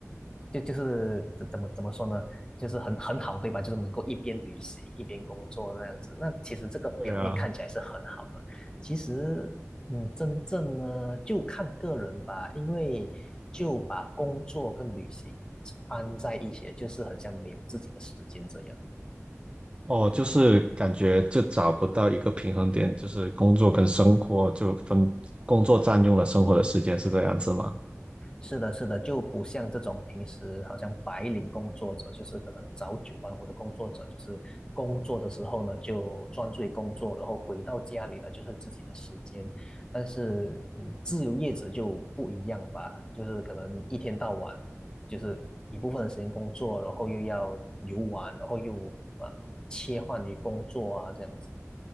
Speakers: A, on the left; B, on the right.
A: 就就是怎怎么怎么说呢？就是很很好，对吧？就是能够一边旅行一边工作那样子。那其实这个表面看起来是很好的。
B: 对啊，
A: 其实嗯，真正呢就看个人吧，因为就把工作跟旅行掺在一起，就是很像没有自己的时间这样。
B: 哦，就是感觉就找不到一个平衡点，就是工作跟生活就分，工作占用了生活的时间，是这样子吗？
A: 是的，是的，就不像这种平时好像白领工作者，就是可能早九晚五的工作者，就是工作的时候呢就专注于工作，然后回到家里呢就是自己的时间。但是，嗯，自由业者就不一样吧，就是可能一天到晚就是一部分的时间工作，然后又要游玩，然后又啊切换于工作啊这样子。